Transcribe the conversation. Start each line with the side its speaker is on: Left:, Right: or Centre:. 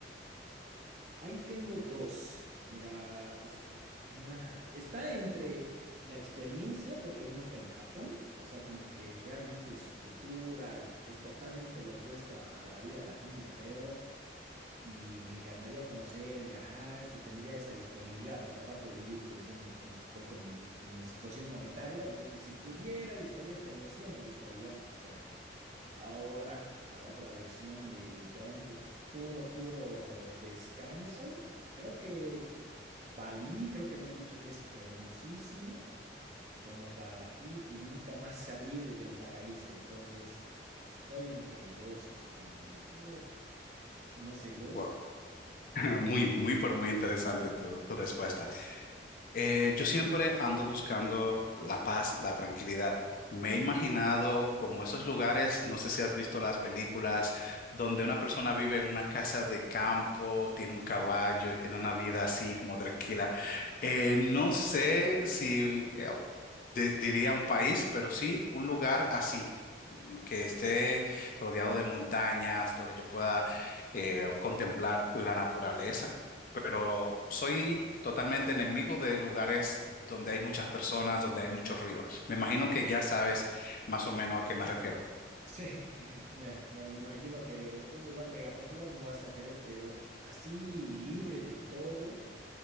Right: ahí tengo dos. Mira, es- ah, está entre la experiencia, porque uno está en Japón, o sea, como que realmente su cultura es totalmente lo opuesto a, a la vida latina, creo, y me encantaría conocer, viajar, si tendría esa disponibilidad, porque aparte de vivir, pensemos un poco en mi, en mi situación monetaria, entonces si pudiera y estaría establecido, me gustaría estar ahí. Ahora, la otra versión de literalmente puro, puro descanso. Creo que Bali, creo que me han dicho que es hermosísimo como para ir y nunca más <laughs> salir del paraíso. Entonces, estoy entre dos, así como que, uh, no sé, vos.
Left: Wow. <laughs> Muy, muy, pero muy interesante tu, tu respuesta. Eh, yo siempre ando buscando la paz, la tranquilidad. Me he imaginado como esos lugares, no sé si has visto las películas, donde una persona vive en una casa de campo, tiene un caballo y tiene una vida así como tranquila. Eh, no sé si eh, di- diría un país, pero sí un lugar así que esté rodeado de montañas, donde yo pueda eh, contemplar la naturaleza. Pero soy totalmente enemigo de lugares donde hay muchas personas, donde hay mucho ruido. Me imagino que ya sabes más o menos a qué me refiero.
Right: Sí, <laughs> me- bueno, me imagino que un lugar mega popular no vas a querer, pero así libre de todo.